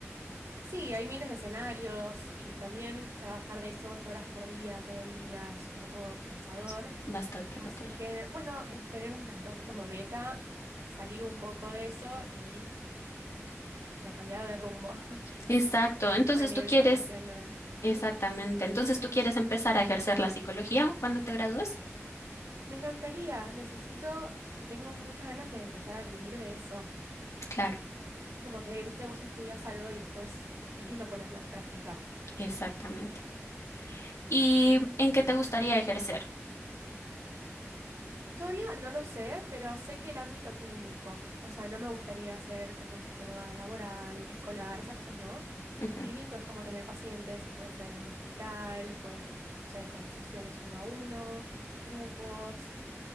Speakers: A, on the right; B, on the left.
A: sí, hay miles de escenarios y también trabajar de esto ocho horas por día, todo el día, es un poco cansador.
B: Es bastante
A: Así
B: agotador.
A: que, bueno, es- tenemos las dos como meta, salir un poco de eso y, o sea, cambiar de rumbo <laughs>
B: Exacto. Entonces
A: a nivel
B: tú quieres,
A: profesional.
B: exactamente.
A: Mm.
B: Entonces tú quieres empezar a ejercer la psicología cuando te gradúes.
A: Me encantaría, necesito y tengo muchas ganas de empezar a vivir de eso.
B: Claro,
A: Como que, viste, vos estudias algo y después es lindo ponerlo en práctica.
B: exactamente. ¿Y en qué te gustaría ejercer?
A: Todavía no lo sé, pero sé que el ámbito clínico, o sea, no me gustaría ser como psicóloga laboral, escolar, esas cosas no.
B: Ujú,
A: Clínico es como tener pacientes y puede ser en un hospital, puede ser con sesiones uno a uno, grupos,